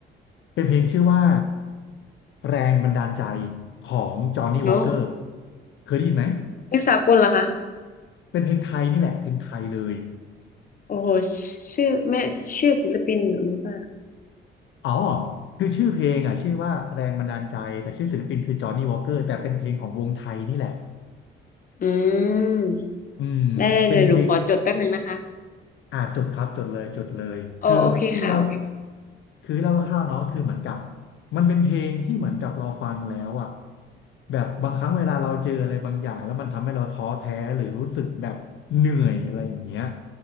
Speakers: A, on the left; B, on the left.
A: เป็นเพลงชื่อว่าแรงบันดาลใจของจอห์นนี่วอ
B: โอ้
A: k เกอร์เคยได้ยินไหม
B: เพลงสากลเหรอคะ
A: เป็นเพลงไทยนี่แหละเพลงไทยเลย
B: โอ้โหชื่อแม่ชื่อศิลปินหนูรู้ป่ะ
A: อ๋อคือชื่อเพลงอ่ะชื่อว่าแรงบันดาลใจแต่ชื่อศิลปินคือจอห์นนี่วอ k เกอร์แต่เป็นเพลงของวงไทยนี่แหละ
B: อืม
A: อืมเป็นเพลง
B: ได้ได้เดี๋ยวหนูขอจดแป๊บหนึ่งนะคะ
A: อ่าจุดครับจุดเลยจุดเลยคือพี่เล่า
B: โอโอเคค่ะโอเคค่ะ
A: คือเล่าคร่าวๆเนาะคือเหมือนกับมันเป็นเพลงที่เหมือนกับเราฟังแล้วอ่ะแบบบางครั้งเวลาเราเจออะไรบางอย่างแล้วมันทำให้เราท้อแท้หรือรู้สึกแบบเหนื่อยอะไรอย่างเงี้ย